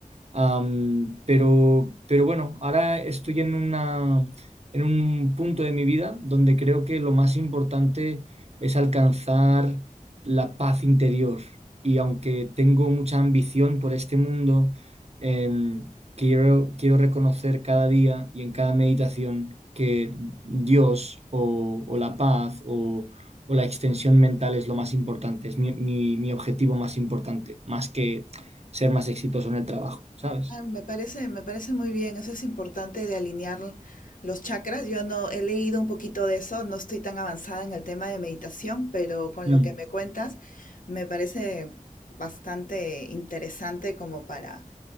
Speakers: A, on the right (about 50°); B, on the left (about 70°).
A: Am, pero, pero bueno, ahora estoy en una, en un punto de mi vida donde creo que lo más importante es alcanzar la paz interior. Y aunque tengo mucha ambición por este mundo, em, quiero, quiero reconocer cada día y en cada meditación que Dios o, o la paz o, o la extensión mental es lo más importante, es mi, mi mi objetivo más importante, más que ser más exitoso en el trabajo, ¿sabes?
B: Ah, Me parece, me parece muy bien, eso es importante de alinear los chakras. Yo no he leído un poquito de eso, no estoy tan avanzada en el tema de meditación, pero con
A: Mm,
B: lo que me cuentas me parece bastante interesante como para